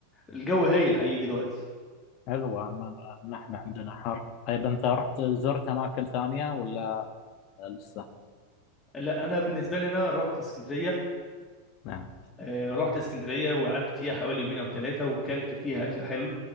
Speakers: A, on the left; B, on the left.
A: الجو هايل حقيقي دلوقتي
B: حلوة ما- نحن عندنا حر طيب أنت رحت زرت أماكن ثانية ولا لسه
A: لا انا بالنسبة لي انا رحت اسكندرية
B: نعم
A: آه، رحت اسكندريه وقعدت فيها حوالي يومين او ثلاثه وكلت فيها اكل حلو